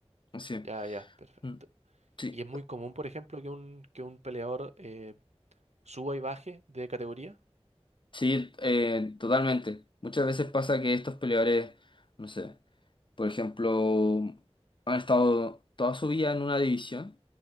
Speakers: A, on the left (about 50°); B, on the right (about 85°).
A: sí.
B: ya, ya, perfecto.
A: mm, Sí,
B: Y es muy común, por ejemplo, que un, que un peleador eh, suba y baje de categoría?
A: Sí, eh, totalmente. Muchas veces pasa que estos peleadores, no sé. Por ejemplo, han estado toda su vida en una división,